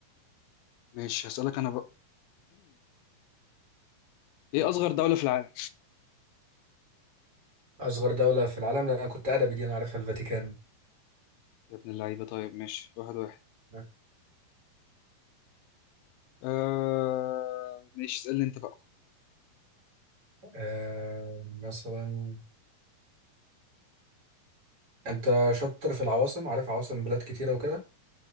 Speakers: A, on the left; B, on the right.
A: ماشي هسألك أنا بقى <clears throat> إيه أصغر دولة في العالم؟
B: اصغر دولة في العالم لأن انا كنت ادبي دي انا عارفها الفاتيكان
A: يا ابن اللعيبة طيب ماشي واحد واحد
B: <laughs>
A: آه... ماشي اسألني أنت بقى
B: آه مثلا انت شاطر في العواصم عارف عواصم بلاد كتيرة وكده